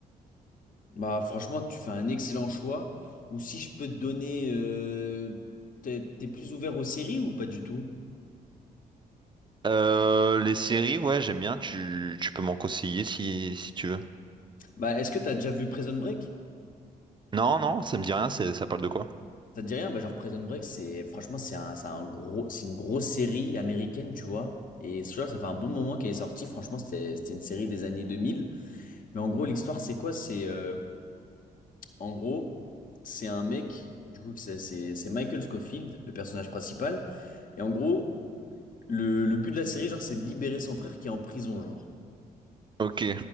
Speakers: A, on the left; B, on the right.
A: Bah franchement, tu fais un excellent choix. Ou si je peux te donner, euh, t'es, t'es plus ouvert aux séries ou pas du tout?
B: Euh, les séries, ouais, j'aime bien, tu, tu peux m'en conseiller si, si tu veux.
A: Bah est-ce que t'as déjà vu Prison Break?
B: Non, non, ça me dit rien, c'est- ça parle de quoi?
A: Ça te dit rien? Bah genre Prison Break, c'est franchement c'est un, c'est un gros, c'est une grosse série américaine, tu vois. Et ce genre, ça fait un bon moment qu'elle est sortie. Franchement, c'était, c'était une série des années 2000. Mais en gros, l'histoire, c'est quoi? C'est euh, en gros, c'est un mec, du coup, que c'est c'est- c'est Michael Scofield, le personnage principal. Et en gros, Le, le but de la série, genre, c'est de libérer son frère qui est en prison, genre.
B: Ok,